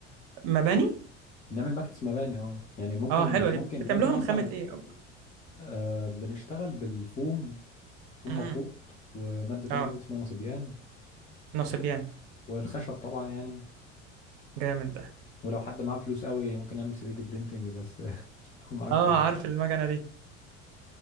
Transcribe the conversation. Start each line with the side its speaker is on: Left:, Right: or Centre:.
Right: مباني
Left: بنعمل ماكتس مباني اه يعني ممكن
Right: اه حلوة
Left: ممكن
Right: دي بتعملوها
Left: ممكن اصلا
Right: من خامة ايه او
Left: آه بنشتغل بالفوم فوم
Right: مم.
Left: مضغوط وماده تانية
Right: اه
Left: كده اسمها نصبيان
Right: نصبيان
Left: والخشب طبعا يعني
Right: جامد ده
Left: ولو حد معاه فلوس قوي ممكن يعمل 3 دي برينتنج بس <laughs> لو معاك
Right: اه
Left: فلوس
Right: عارف المكنة دي